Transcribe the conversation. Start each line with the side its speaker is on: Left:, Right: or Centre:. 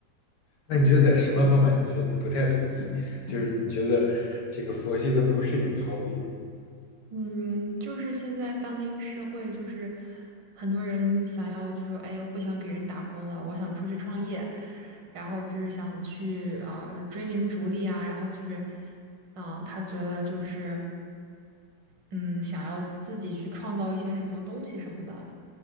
Left: 那你觉得在什么方面，你觉得你不太同意？就是你觉得这个佛系它不是一种逃避？
Right: 嗯，就是现在当今社会，就是很多人想要就说，哎，我不想给人打工了，我想出去创业，然后就是想去啊、呃追名逐利啊，然后就是，嗯、他觉得就是。嗯，想要自己去创造一些什么东西什么的。